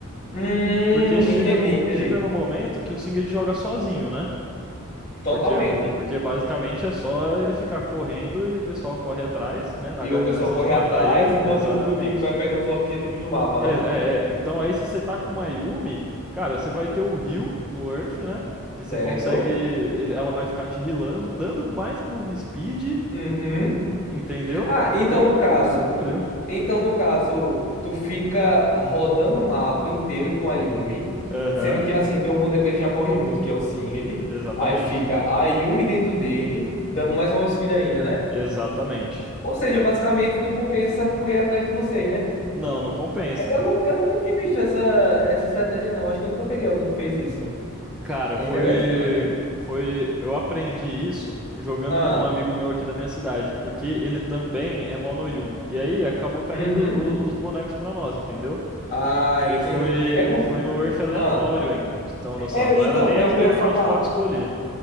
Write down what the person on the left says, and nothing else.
Hum,
entendi,
entendi.
Totalmente.
E
o pessoal corre
atrás
enquanto
o time vai pegando os objetivos do mapa,
né?
Certo?
Uhum.
Ah,
então no
caso.
Então no caso, tu fica rodando o mapa inteiro com a Yumi,
sendo que assim, teu boneco ele já corre muito, que é o Singed.
Aí fica a Yumi dentro dele, dando mais uma speed ainda, né?
Ou seja, basicamente não compensa correr atrás de vocês, né?
Eu, nu- eu nunca tinha visto essa, essa estratégia, não. Acho que eu nunca peguei alguém que fez isso.
É
interessante.
Ah,
uhum.
Ah, entendi.
É porque.
Ah,
é,
então,
é
o que eu ia
falar.